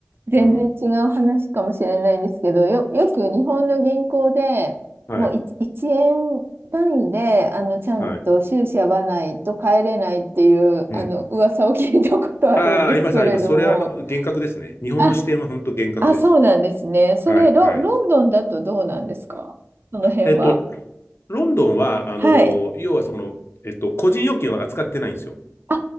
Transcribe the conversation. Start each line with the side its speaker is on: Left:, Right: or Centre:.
Right: 全然違う話かもしれないんですけど、
Left: うん。
Right: よ、よく日本の銀行でもう1、
Left: はい。
Right: 一円単位で、あの、ちゃんと収支合わないと帰れないっていう、
Left: はい。うん。
Right: あの、噂を聞いたことあるんですけれども。
Left: ああ、あります、あります。それは厳格ですね。日本の視点は本当厳格です。
Right: あ、あ、そうなんですね。それ、
Left: はい、
Right: ロ、
Left: はい。
Right: ロンドンだとどうなんですかその辺は。
Left: えっと、ロンドンは、あの、
Right: はい。
Left: 要はその、えっと、個人預金は扱ってないんですよ。
Right: あ、